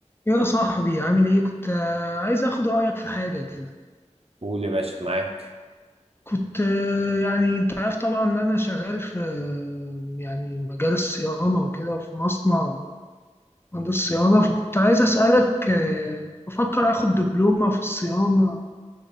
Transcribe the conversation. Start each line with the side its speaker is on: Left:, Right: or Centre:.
Left: يا صاحبي عامل ايه كنت آه، عايز اخد رأيك في حاجة كده
Right: قول يا باشا معاك
Left: كنت آه، يعني انت عارف طبعا ان انا شغال في آه، يعني مجال الصيانة وكده في مصنع مهندس صيانة فكنت عايز اسألك آه، بفكر اخد دبلومة في الصيانة